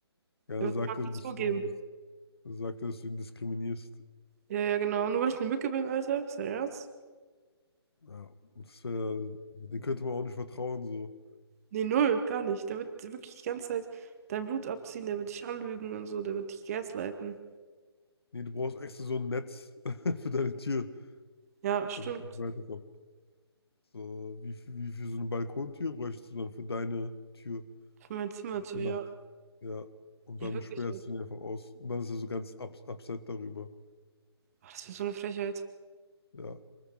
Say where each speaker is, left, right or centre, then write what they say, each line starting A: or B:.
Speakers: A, on the left (about 65°); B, on the right (about 35°).
A: Ja, dann
B: Er wird
A: sagt
B: mal
A: er,
B: nicht
A: dass
B: zugeben.
A: du, dass- dann sagt er, dass du ihn diskriminierst.
B: Ja, ja, genau. Nur weil ich eine Mücke bin, Alter. Ist dein Ernst?
A: Ja, und das wäre, den könnte man auch nicht vertrauen, so.
B: Nee, null, gar nicht. Der wird wirklich die ganze Zeit dein Blut abziehen, der wird dich anlügen und so, der wird dich gaslighten.
A: Nee, du brauchst extra so ein Netz <laughs> für deine Tür,
B: Ja, stimmt.
A: damit es weiterkommt. So, wie, für- wie für so eine Balkontür bräuchst du dann für deine Tür
B: Für mein Zimmer zu
A: die
B: ja.
A: Nacht. Ja, und
B: Ja,
A: dann
B: wirklich.
A: sperrst
B: ey.
A: du ihn einfach aus. Und dann ist er so ganz ups upset darüber.
B: Boah, das wäre so eine Frechheit.
A: Ja,